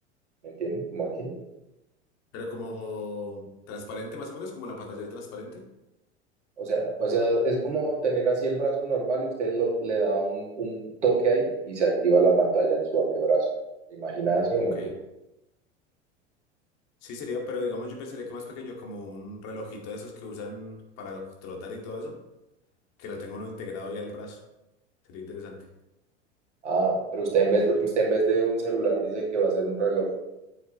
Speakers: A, on the right; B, on the left.
A: ¿me entiende? Como aquí.
B: Pero como transparente más o menos, como la pantalla transparente.
A: O sea, o sea, es como tener así el brazo normal y usted lo, le da un, un toque ahí y se activa la pantalla en su antebrazo. ¿Se imagina eso en
B: Ok.
A: un
B: Sí sería, pero digamos yo pensaría que más pequeño, como un relojito de esos que usan para trotar y todo eso, que lo tenga uno integrado ya al brazo. Sería interesante.
A: Ah, pero usted en vez de, usted en vez de un celular dice que va a ser un reloj.